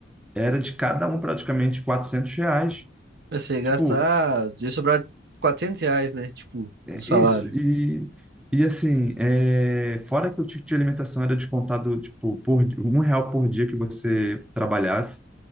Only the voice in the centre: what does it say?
era de cada um praticamente 400 reais.
Tipo,
É
Isso, e, e assim, é, fora que o ticket de alimentação era descontado, tipo, por di- um real por dia que você trabalhasse,